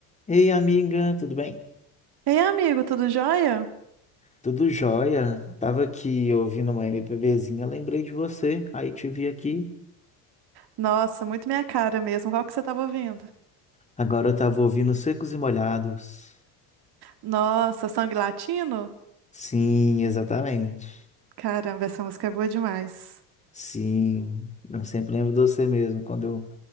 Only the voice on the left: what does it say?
Ei, amiga, tudo bem?
Tudo jóia? Tava aqui ouvindo uma MPBzinha, lembrei de você, aí te vi aqui.
Agora eu tava ouvindo Secos e Molhados.
Sim, exatamente.
Sim, eu sempre lembro de você mesmo quando eu,